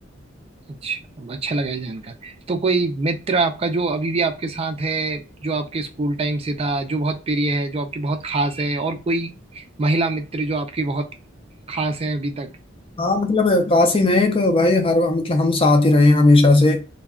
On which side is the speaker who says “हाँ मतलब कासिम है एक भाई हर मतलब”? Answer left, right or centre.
Left